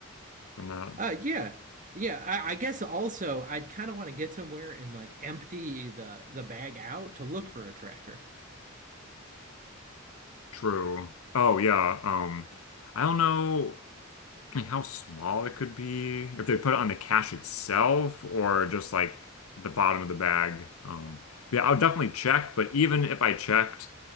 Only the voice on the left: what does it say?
from that.
True. Oh yeah. Um, I don't know. like how small it could be if they put it on the cash itself or just like the bottom of the bag. Um, but yeah, I'll definitely check. But even if I checked